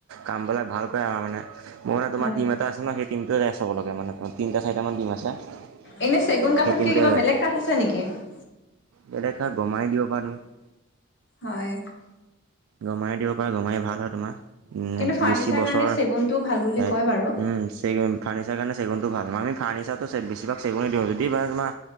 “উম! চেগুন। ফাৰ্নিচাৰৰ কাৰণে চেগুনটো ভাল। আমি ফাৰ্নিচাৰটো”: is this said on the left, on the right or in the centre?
Right